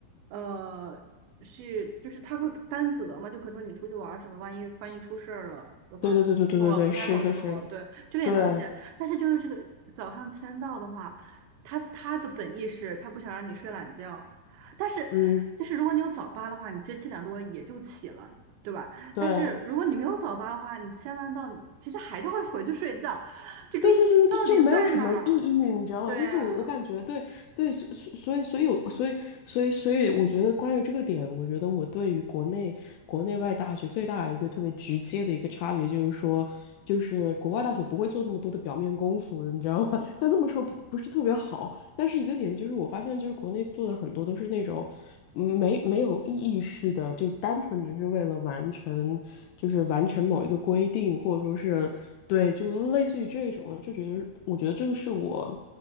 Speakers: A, on the right; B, on the left.
A: 呃，是就是他会担责嘛，就可以说你出去玩儿什么，万一万一出事儿了的话，
B: 对对对对对对对，
A: 那不好不太好说。
B: 是是是，
A: 对，这个也能理解。
B: 对，
A: 但是就是这个早上签到的话，他他的本意是他不想让你睡懒觉，但是就是如果你有早八的话，
B: 嗯
A: 你其实七点多也就起了。对吧？
B: 对。
A: 但是如果你没有早八的话，你签完到，你其实还是会回去睡觉，这个意义到底在哪儿？
B: 对对对对对，就没有什么意义，你知道吗？
A: 对啊，
B: 就是我，我感觉对对，所所以所以所以所以所以，我觉得关于这个点，我觉得我对于国内国内外大学最大的一个特别直接的一个差别，就是说，就是国外大学不会做那么多的表面功夫，你知道吗？<laughs> 虽然这么说不不是特别好，但是一个点就是，我发现就是国内做的很多都是那种嗯没没有意义式的，就单纯只是为了完成，就是完成某一个规定，或者说是对，就类似于这种的，就觉得我觉得这个是我